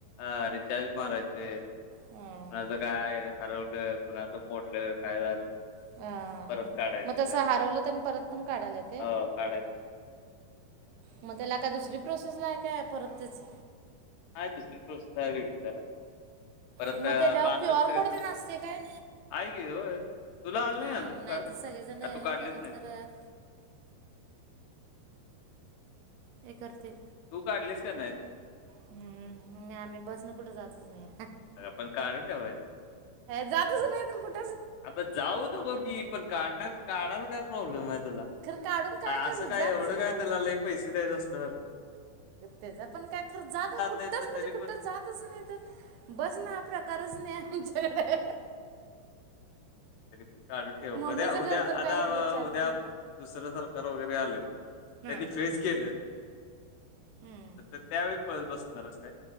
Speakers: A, on the left (about 75°); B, on the right (about 80°).
A: अ रिचार्ज मारायचे
B: हम्म.
A: कुणाचं काय हरवलं कुणाचं मोडलं काय झालं.
B: अ
A: परत काढायचंय
B: मग तसं हरवलं तर परत पण काढाला येतय?
A: हो काढ
B: मग त्याला काय दुसरी प्रोसेस लाय काय परत तेच?
A: हाय दुसरी प्रोसेस आहे वेगळी जरा परत
B: मग त्याच्यावर
A: बासष्ट
B: क्यू आर
A: त्रेसष्ट
B: कोड ते नसते काय
A: आहे की होय तुला आलं
B: हां
A: नाही अजून
B: मग
A: काढ
B: तर सगळेजण
A: का
B: हे
A: तू काढलीच
B: करत
A: नाही?
B: करत एक करते
A: तू काढलीस काय नाही?
B: हम्म नाही आम्ही बसनं कुठे जातच नाही.
A: अगं पण काढून ठेवायचं
B: जातच नाही तर कुठ
A: आग जाऊत नको की पण काढणार काढायला काय प्रॉब्लेम आहे? तुला
B: खरं काढून करू
A: असं काय
B: जातच
A: एवढं
B: नाही
A: काय
B: आम्ही
A: तुला लयी पैसे द्यायच असल
B: त्याच पण काय खरं जात कुठच
A: नाहीत पण
B: म्हणजे
A: तरी
B: कुठंच
A: पण
B: जातच नाही तर. बस ना हा प्रकारच नाही आमच्याकडे.
A: तरी पण काढून ठेव
B: मम्मीचं
A: कध्या उद्या
B: घर तर
A: आता
B: काय इथलं चार
A: उद्या
B: पाव
A: दुसरं सरकार वगैरे आलं
B: हम्म
A: त्यांनी फेज केलं
B: हम्म
A: तर त्यावेळी पळत बसणार आहेस काय?